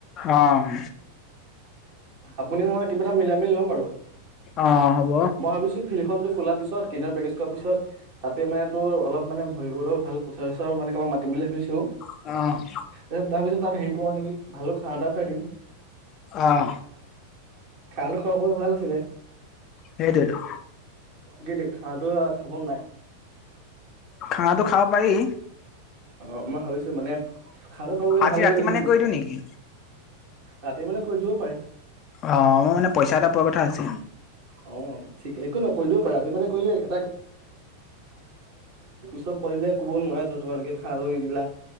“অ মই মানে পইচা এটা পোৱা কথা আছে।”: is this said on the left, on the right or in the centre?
Left